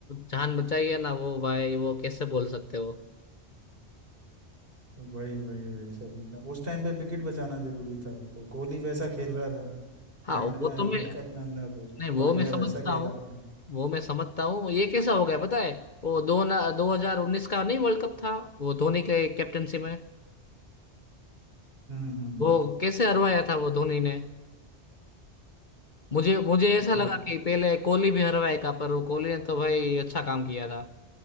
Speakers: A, on the left; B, on the right.
A: जान बचाई है ना वो भाई वो कैसे बोल सकते हो
B: वही वही वही सभी का उस टाइम पे विकेट बचाना जरूरी था तो कोहली वैसा खेल रहा था
A: हाँ
B: एंड में
A: वो तो
B: हिट
A: मैं
B: करना था तो
A: नहीं वो
B: पांड्या
A: मैं समझता
B: वैसा खेला
A: हूँ
B: था
A: वो मैं समझता हूँ ये कैसा हो गया पता है वो दो ना दो हजार उन्नीस का नहीं वर्ल्ड कप था वो धोनी के कैप्टनसी में
B: हम्म हम्म
A: वो कैसे हरवाया था वो धोनी ने मुझे मुझे ऐसा
B: वो
A: लगा कि पहले कोहली भी हरवाएगा पर वो कोहली ने तो भाई अच्छा काम किया था